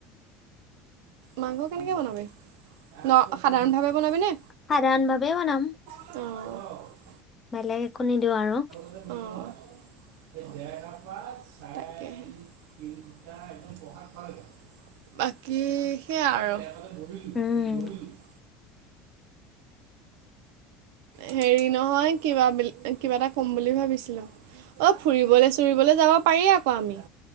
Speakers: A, on the right (about 75°); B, on the left (about 20°).
A: মাংস কেনেকৈ বনাবি ন সাধাৰণভাৱে বনাবিনে?
B: সাধাৰণ ভাবেই বনাম।
A: অৱ।
B: বেলেগ একো নিদিওঁ আৰু।
A: অৱ, তাকেহে বাকী সেয়ে আৰু।
B: উম
A: হেৰি নহয় কিবা কিবা এটা ক'ম বুলি ভাবিছিলো। অ ফুৰিবলৈ চুৰিবলৈ যাব পাৰি আকৌ আমি।